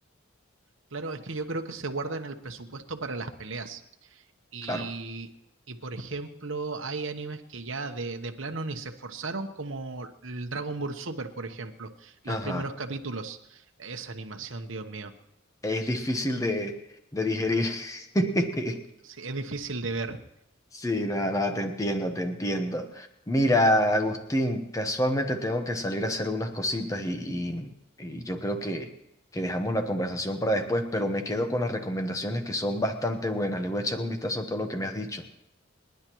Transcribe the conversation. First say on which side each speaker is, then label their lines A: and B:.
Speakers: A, on the right; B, on the left.
A: claro, es que yo creo que se guardan el presupuesto para las peleas. Y,
B: claro.
A: y por ejemplo, hay animes que ya de, de plano ni se esforzaron, como el Dragon Ball Super, por ejemplo, los
B: Ajá,
A: primeros capítulos. Esa animación, Dios mío,
B: es difícil de, de digerir. <laughs>
A: sí, es difícil de ver.
B: Sí, nada, nada, te entiendo, te entiendo. Mira, Agustín, casualmente tengo que salir a hacer unas cositas y, y- y yo creo que, que dejamos la conversación para después, pero me quedo con las recomendaciones que son bastante buenas. Le voy a echar un vistazo a todo lo que me has dicho.